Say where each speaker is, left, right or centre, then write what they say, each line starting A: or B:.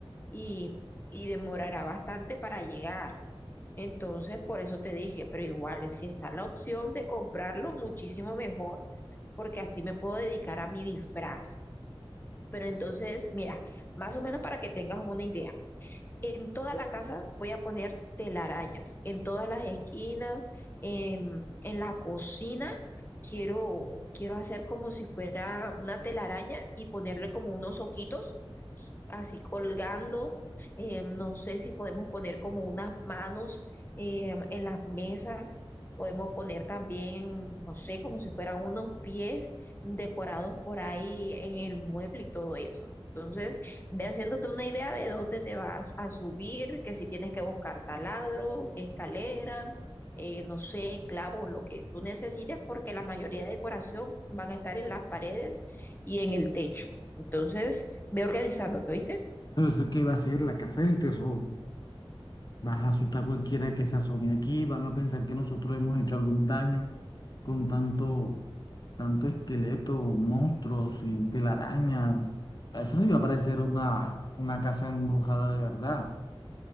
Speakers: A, on the left; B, on the left.
A: y, y demorará bastante para llegar. Entonces, por eso te dije, pero igual, si está la opción de comprarlo, muchísimo mejor, porque así me puedo dedicar a mi disfraz. Pero entonces, mira, más o menos para que tengas una idea. En toda la casa voy a poner telarañas, en todas las esquinas, en, en la cocina. Quiero, quiero hacer como si fuera una telaraña y ponerle como unos ojitos así colgando. eh, no sé si podemos poner como unas manos eh, en las mesas. Podemos poner también, no sé, como si fueran unos pies decorados por ahí en el mueble y todo eso. Entonces, ve haciéndote una idea de dónde te vas a subir, que si tienes que buscar taladro, escalera, eh, no sé, clavos, lo que tú necesites, porque la mayoría de decoración van a estar en las paredes y en el techo. Entonces, Ve organizándote, ¿oíste?
B: pero eso qué va a ser la casa del terror. Vas a asustar a cualquiera que se asome aquí, van a pensar que nosotros hemos hecho algún daño con tanto, tanto esqueleto, monstruos y telarañas. Eso sí va a parecer una, una casa embrujada de verdad.